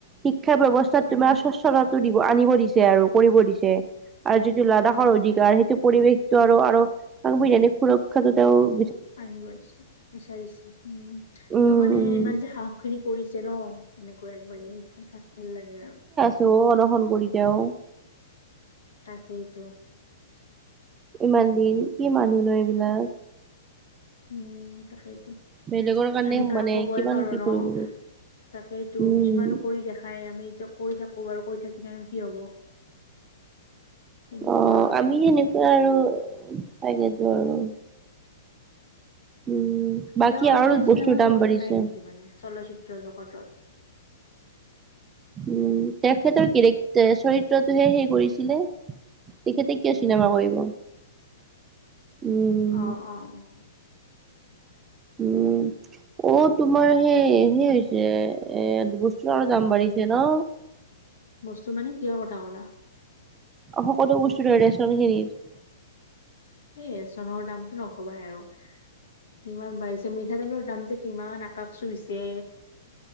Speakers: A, on the right; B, on the left.
A: শিক্ষা ব্যৱস্থাত
B: অ
A: তোমাৰ স্বচ্ছতাটো দিব আনিব দিছে আৰু কৰিব দিছে আৰু যিটো লাডাখৰ
B: হয়
A: অধিকাৰ
B: হয়
A: সেইটো পৰিৱেশটো আৰু আৰু আগ বিৰিনী সুৰক্ষা যে তেওঁৰ
B: আগ বাঢ়িছে বিচাৰিছে উম ত
A: উম
B: মানে
A: উম
B: ইমান যে সাহস খিনি কৰিছে ন এনেকুৱাই আগবাঢ়ি আহিছে ভাল লাগে আৰু
A: তেওঁ অনসন কৰি তেওঁ
B: তাকেইতো
A: ইমান দিন কি মানুহ ন এইবিলাক
B: উম তাকেইটো
A: বেলেগৰ কাৰণে
B: আমি ধৰা
A: মানে
B: কবই
A: কিমান
B: পাৰো
A: কি
B: ন
A: কৰিব
B: তাকেইতো
A: উম
B: কিছুমানতো কৰি দেখাই আমি এতিয়া কৈ থাকো বাৰু কৈ থাকিলেনো কি হব তেনেকুৱা
A: অ
B: আৰু
A: আমি সেনেকুৱা আৰু তাকেইতো আৰু উম, বাকী
B: তেওঁ আজিকালি
A: আৰু বস্তুৰ
B: চিনেমা
A: দাম
B: জগতত
A: বাঢ়িছে।
B: নাই নেকি মানে চলচ্চিত্ৰ জগতত
A: উম তেখেতৰ কেৰেক্টাৰ চৰিত্ৰটোহে সেই কৰিছিলে তেখেতে কিয়
B: উম
A: চিনেমা
B: উম
A: কৰিব
B: উম
A: উম,
B: অ অ অ
A: উম অ তোমাৰ সেই সেই হৈছে এ বস্তু আৰু দাম বাঢ়িছে ন
B: বস্তু মানে কিহৰ কথা ক'লা
A: সকলো বস্তু ধৰে ৰেচন খিনিৰ
B: এই ৰেচনৰ দামটো নকমাই আৰু কিমান বাঢ়িছে মিঠাতেলৰ দাম যে কিমান আকাশ চুইছে